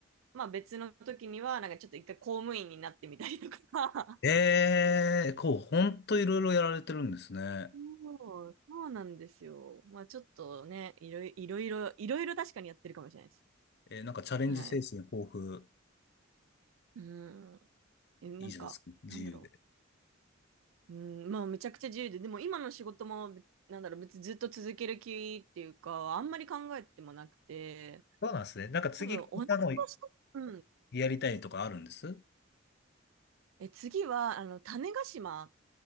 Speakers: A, on the right; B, on the left.
A: まあ別の時には、なんかちょっと一回公務員になってみたりとか。
B: ん。えー、
A: <laughs>
B: こう、ほんといろいろやられてるんですね。
A: そう、そうなんですよ。まあちょっとね、いろいいろいろ、いろいろ確かにやってるかもしれないです。
B: えー、なんかチャレンジ精神豊富。
A: はい。うん。え、なんか、
B: いいじゃないですか。自由で。
A: なんだろう。うん、まあめちゃくちゃ自由で、でも今の仕事も、べなんだろう、別にずっと続ける気っていうか、あんまり考えてもなくて、
B: そうなんですね。なんか次、
A: 多分同じ場所、
B: こんなの
A: うん。
B: やりたいとかあるんです
A: え、次は、あの、種子島っ